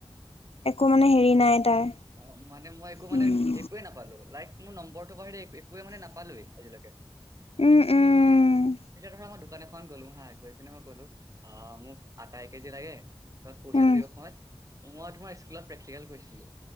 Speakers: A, on the left; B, on the right.
A: একো মানে হেৰি নাই। তাৰ,
B: অ মানে মই একো মানে
A: উম,
B: একোৱেই নাপালো, লাইক মোৰ নম্বৰটো বাহিৰে একোৱে মানে নাপালোৱেই আজিলৈকে।
A: উম, উম।
B: এতিয়া ধৰা মই দোকান এখন গলো হা গৈ পিনে, মই কলো আহ মোক আটা এক কেজি লাগে। তোমাক পইচাটো
A: উম।
B: দিব সময়ত, মই তোমাৰ স্কুলত প্ৰেক্টিকেল কৰিছিলো।